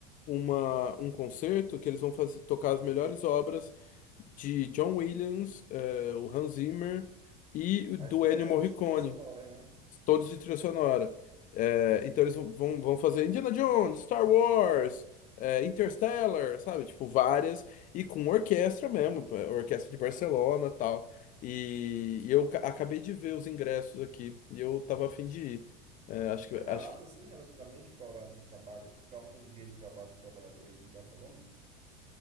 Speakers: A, on the left; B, on the right.
A: uma, um concerto que eles vão fazer, tocar as melhores obras de John Williams, é, o Hans Zimmer e
B: As
A: do
B: melhores
A: Ennio Morricone
B: trilhas sonoras, né?
A: todos de trilha sonora. É, então eles vão, vão vão fazer Indiana Jones, Star Wars, é, Interstellar, sabe? Tipo, várias, e com orquestra mesmo, pô, orquestra de Barcelona tal. E, e eu ca- acabei de ver os ingressos aqui, e eu tava a fim de ir. É, acho que,
B: É barato
A: acho que,
B: assim, relativamente, para horário de trabalho, para um dia de trabalho do trabalhador aí de Barcelona?